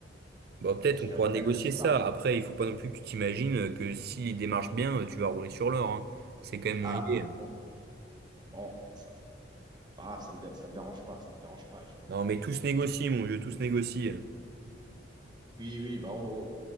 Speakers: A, on the right; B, on the right.
A: Bah,
B: euh,
A: peut-être
B: je
A: on pourra
B: mérite
A: négocier
B: quand même une petite
A: ça.
B: part.
A: Après, il faut pas non plus que tu t'imagines euh, que si les démarches bien, euh, tu vas rouler sur l'or, hein. C'est quand même mon
B: Ah,
A: idée.
B: bon, bon, ça, c'est pas grave, ça me, dé- ça me dérange pas, ça me dérange pas. je-
A: Non, mais tous négocient, mon vieux, tous négocient.
B: Oui, oui, bah on,